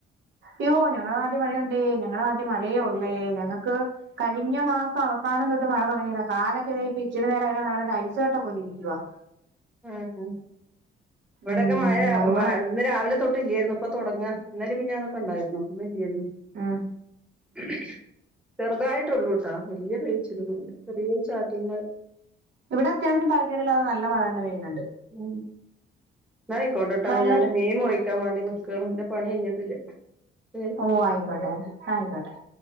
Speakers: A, on the right (about 65°); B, in the centre.
A: യ്യോ ഞങ്ങള നാട്ടീ മഴയുണ്ടേ ഞങ്ങള നാട്ടീ മഴയേ ഒള്ളേ ഞങ്ങക്ക് കഴിഞ്ഞ മാസ അവസാനം തൊട്ട് മഴ തൊടങ്ങിയതാ കാലക്കെ വേ ഇപ്പ ഇച്ചിരി നേരം അയ്ലേ നടന്ന്ട്ട് ഐസ് കട്ട പോലെ ഇരിക്യുവാ
B: ഉം ഇവടൊക്കെ
A: ഉം
B: മയാ
A: അതുപോലെ
B: മായണ്ട് രാവിലെ തൊട്ട് ഇല്ലേര്ന്നു ഇപ്പ തൊട്ങ്ങാ ഇന്നലിം മിന്നാന്നൊക്കണ്ടായിര്ന്നു ഇന്ന് ഇല്ലായിര്ന്നു
A: ആഹ്
B: <unintelligible> ചെറുതായിട്ടോള്ളൂട്ടാ വല്യയെ പെയ്ച്ചിലൊന്നും ല്ലാ ചെറിയൊരു ചാറ്റൽ മഴ
A: ഇവടെ അത്യാവശ്യം തെര്ക്കേടില്ലാതെ നല്ല മഴഞ്ഞേ പെയ്യ്ന്ന്ണ്ട്
B: ഉം ന്നാ ആയിക്കോട്ടാട്ടോ
A: നല്ല
B: ഞാന് മീൻ മുറിക്കാൻ വാണ്ടി നിക്കാണ് ന്റെ പണി കയ്ഞ്ഞ്ട്ടില്ലാ
A: ഓ അയ്ക്കോട്ടെ അയിക്കോട്ടെ